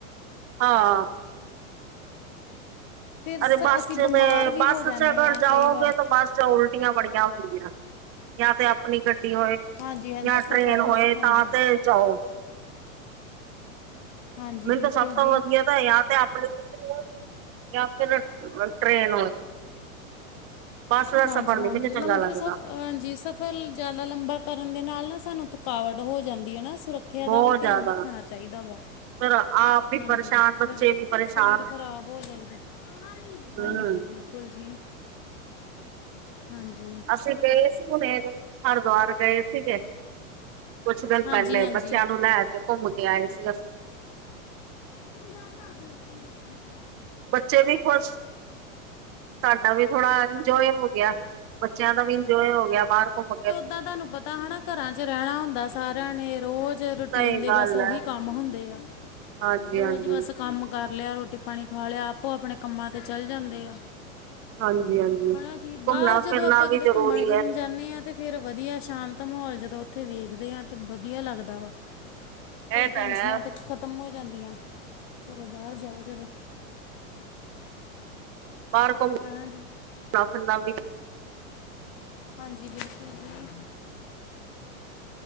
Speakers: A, on the right; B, on the left.
A: ਹਾਂ।
B: ਫਿਰ ਸ-
A: ਅਰੇ ਬੱਸ'ਚ
B: ਅਸੀਂ ਬਿਮਾਰ
A: ਤੇ,
B: ਵੀ
A: ਬੱਸ'ਚ
B: ਹੋ ਜਾਂਦੇ
A: ਅਗਰ
B: ਆ
A: ਜਾਓਗੇ
B: ਕਈ ਵਾਰ
A: ਤੋ, ਬੱਸ 'ਚ ਉਲ ਉਲਟੀਆਂ ਬੜੀਆਂ ਹੁੰਦੀਆਂ ਯਾ ਤੇ, ਆਪਣੀ ਗੱਡੀ ਹੋਵੇ
B: ਹਾਂਜੀ ਹਾਂਜੀ
A: ਯਾਂ
B: ਸਫ਼ਰ
A: ਟ੍ਰੇਨ
B: ਨਹੀਂ
A: ਹੋਏ
B: ਸਿਖਾਉਂਦਾ
A: ਤਾਂ, ਤੇ ਜਾਓ।
B: ਹਾਂਜੀ
A: ਮੈਨ
B: ਬਿਲਕੁਲ
A: ਤਾਂ ਸਭ ਤੋਂ
B: ਜੀ
A: ਵਧੀਆ ਯਾ ਤੇ ਆਪਣੀ ਗੱਡੀ ਹੋਏ ਯਾ, ਫਿਰ ਨਾ ਟ੍ਰੇਨ ਹੋਏ। <unintelligible> ਬੱਸ ਦਾ
B: ਹਾਂਜੀ
A: ਸਫ਼ਰ ਨੀ,
B: ਹਾਂਜੀ
A: ਮੈਨੂੰ
B: ਲੰਬੇ
A: ਚੰਗਾ ਲੱਗਦਾ।
B: ਸ ਹਾਂਜੀ, ਸਫ਼ਰ ਜ਼ਿਆਦਾ ਲੰਬਾ ਕਰਨ ਦੇ ਨਾਲ ਨਾ, ਸਾਨੂੰ ਥਕਾਵਟ ਹੋ ਜਾਂਦੀ ਐ ਨਾ ਸੁਰੱਖ ਖਿਆ
A: ਬਹੁਤ
B: ਦਾ ਵੀ
A: ਜ਼ਿਆਦਾ
B: ਧਿਆਨ ਰੱਖਣਾ ਚਾਹੀਦਾ ਵਾ।
A: ਫਿਰ ਆਪ ਵੀ
B: ਹਾਂਜੀ,
A: ਪਰੇਸ਼ਾਨ ਬੱਚੇ
B: ਫਿਰ
A: ਵੀ ਪਰੇਸ਼ਾਨ
B: ਸਰੀਰ ਖ਼ਰਾਬ ਹੋ ਜਾਂਦੇ।
A: ਹੂੰ
B: ਹਾਂਜੀ, ਬਿਲਕੁਲ ਜੀ। ਹਾਂਜੀ‌।
A: ਫਿਰ ਗਏ ਸੀ, ਹੁਣੇ ਹਰਿਦੁਆਰ ਗਏ ਸੀਗੇ। ਕੁਛ ਦਿਨ
B: ਹਾਂਜੀ
A: ਪਹਿਲੇ
B: ਹਾਂਜੀ
A: ਬੱਚਿਆਂ ਨੂੰ ਲੈ ਕੇ, ਘੁੰਮ ਕੇ ਆਏ ਸੀ ਅਸੀਂ।
B: ਚੰਗਾ-ਭਲਾ ਕੇ <unintelligible>
A: ਬੱਚੇ ਵੀ ਖ਼ੁਸ਼। ਸਾਡਾ ਵੀ ਥੋੜਾ ਇੰਜੋਏ ਹੋ ਗਿਆ, ਬੱਚਿਆਂ ਦਾ ਵੀ ਇੰਜੋਏ ਹੋ ਗਿਆ, ਬਾਹਰ ਘੁੰਮ ਕੇ।
B: ਤਾਂ ਤੁਹਾਨੂੰ ਪਤਾ ਹੈ ਨਾ, ਘਰਾਂ ਚ ਰਹਿਣਾ ਹੁੰਦਾ ਸਾਰਿਆਂ ਨੇ ਰੋਜ਼। ਰੂਟੀਨ
A: ਸਹੀ
B: ਦੇ
A: ਗੱਲ
B: ਬਸ, ਉਹੀ
A: ਹੈ
B: ਕੰਮ ਹੁੰਦੇ ਆ
A: ਹਾਂਜੀ
B: ਰੋਜ਼
A: ਹਾਂਜੀ
B: ਬਸ। ਕੰਮ ਕਰ ਲਿਆ, ਰੋਟੀ ਪਾਣੀ ਖਾ ਲਿਆ, ਆਪੋ ਆਪਣੇ ਕੰਮਾਂ ਤੇ ਚੱਲ ਜਾਂਦੇ ਆ।
A: ਹਾਂਜੀ -ਹਾਂਜੀ।
B: ਹਨਾ ਜੀ, ਬਾਹਰ
A: ਘੁੰਮਣਾ
B: ਜਦੋਂ
A: ਫਿਰਨਾ
B: ਆਪਾਂ ਕਿਤੇ
A: ਵੀ ਜ਼ਰੂਰੀ
B: ਘੁੰਮਣ ਫਿਰਨ
A: ਹੈ
B: ਜਾਂਦੇ ਹਾਂ, ਤੇ। ਫੇਰ ਵਧੀਆ ਸ਼ਾਂਤ ਮਾਹੌਲ ਜਦੋਂ ਉੱਥੇ ਵੇਖਦੇ ਆ, ਤੇ ਵਧੀਆ ਲੱਗਦਾ ਵਾ। ਕਈ
A: ਇਹ ਤਾਂ
B: ਟੈਨਸ਼ਨਾਂ
A: ਹੈ
B: ਤੇ ਖਤਮ ਹੋ ਜਾਂਦੀਆਂ, ਘਰੋਂ ਬਾਹਰ ਜਾਓ ਜਦੋਂ।
A: ਬਾਹਰ ਘੁੰਮਣਾ
B: ਹਨਾ ਜੀ‌।
A: ਫਿਰਨਾ ਵੀ
B: ਹਾਂਜੀ, ਬਿਲਕੁਲ ਜੀ।